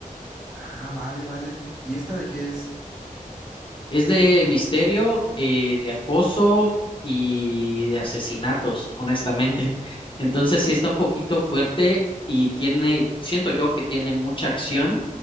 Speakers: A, in the centre; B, on the left.
A: Ah, vale, vale. ¿Y esta de qué es?
B: Es de misterio, eh, de acoso y de asesinatos, honestamente. <laughs> Entonces sí está un poquito fuerte y tiene, siento yo que tiene mucha acción,